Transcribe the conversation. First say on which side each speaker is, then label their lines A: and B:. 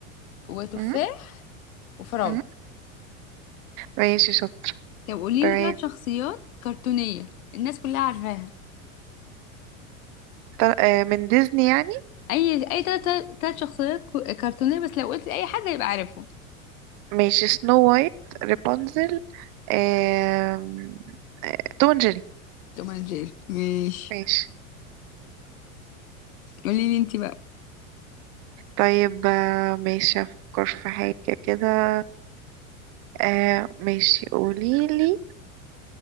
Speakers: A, on the left; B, on the right.
A: وتفاح
B: م-
A: وفراولة
B: م- ماشي شاطر
A: طب قولي
B: تمام
A: لي ثلاث شخصيات كرتونية الناس كلها عارفاها
B: تل- آه، من ديزني يعني
A: اي اي تلات تلات شخصيات كو- كرتونيه بس لو قلت اي حد هيبقى عارفهم
B: ماشي سنو وايت رابنزل آم، آه، توم اند جيري
A: توم اند جيري ماشي
B: ماشي
A: قولي لي انت بقى
B: طيب آه، ماشي افكر في حاجة كده آه، ماشي قوليلي